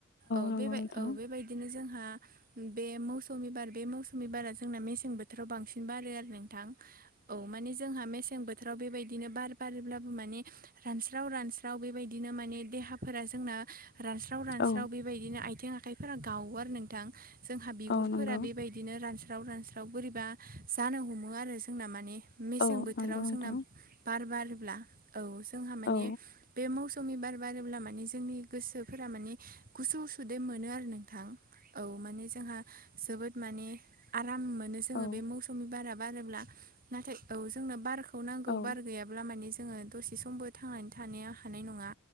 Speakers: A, on the right; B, on the left.
A: औ
B: नंगौ
A: बेबाय
B: नोंथां
A: औ बेबायदिनो जोंहा बे मौसौमि बार बे मौसौमि बारा जोंना मेसें बोथोराव बांसिन बारो आरो नोंथां। औ माने जोंहा मेसें बोथोराव बेबायदिनो बार बारोब्लाबो माने रानस्राव रानस्राव बेबायदिनो माने देहाफोरा जोंना रानस्राव रानस्राव
B: औ
A: बे बेबायदिनो आथिं आखाइफोरा गावो आरो नोंथां जोंहा बिगुरफोरा
B: औ नंगौ
A: बेबायद दिनो रानस्राव-रानस्राव बोरैबा जानो हमो आरो जोंना माने मेसें
B: औ
A: बोथोराव
B: नंगौ नोंथां
A: जोंना बार बारोब्ला औ जोंहा माने
B: औ
A: बे मौसु सुमी बार बारोब्ला माने जोंनि गोसोफोरा माने गुसु सुदेम मोनो आरो नोंथां। औ माने जोंहा जोबोद माने आराम मोनो जोंङो
B: औ
A: बे मौसमि बारा बारोब्ला नाथाय औ जोंनो बारखौ नांगौ
B: औ
A: बार गैयाब्ला माने जोङो दसे समबो थांनानै थानाया हानाय नंङा